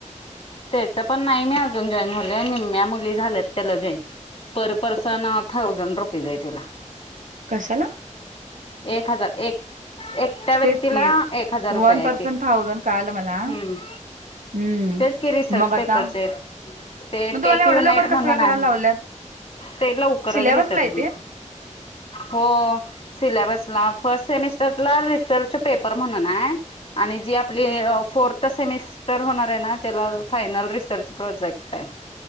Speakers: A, on the left (about 45°); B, on the right (about 85°).
A: त्याच पण, नाही मी अजून जॉईन झाले. निम्म्या मुली झाल्यात त्याला join. Per person thousand rupees आहे. तिला.
B: कशाला?
A: एक. हजार. एक. एक. त्या व्यक्तीला
B: तेच की
A: एक हजार रुपये
B: वन
A: हायती.
B: पर्सन थाउजंड कळालं मला
A: हम्म.
B: हम्म.
A: तेच की, रिसर्च
B: मग आता
A: पेपरचे. ते
B: मग तुम्हाला
A: टेक
B: एवढ्या
A: युनाईट
B: लवकर कसं
A: म्हणून
B: काय करायला
A: आहे.
B: लावल्यात
A: ते लवकरच
B: सिलेबसला
A: घेतत्यात
B: आहे
A: म्हणे.
B: ते?
A: हो.. सिलॅबस ला, फर्स्ट सेमिस्टरला रिसर्च पेपर म्हणून आहे. आणि जी आपली, फोर्थ सेमिस्टर होणार आहे ना. त्याला आता फायनल रिसर्च प्रोजेक्ट आहे.